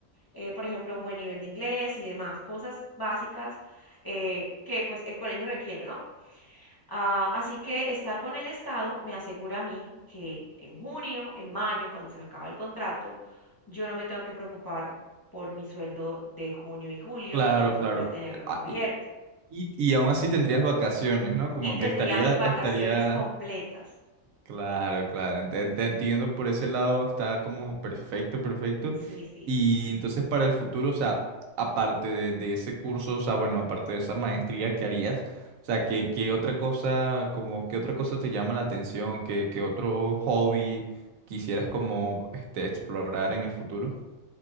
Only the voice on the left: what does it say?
eh, por ejemplo, un buen nivel de inglés y demás, cosas básicas eh, que pues el colegio requiere, ¿no? Ah, así que estar con el Estado me asegura a mí que en junio, en mayo, cuando se me acaba el contrato, yo no me tengo que preocupar por mi sueldo de junio y julio
porque
voy a tenerlo
cubierto
y tendría
mis vacaciones
completas.
Sí, sí.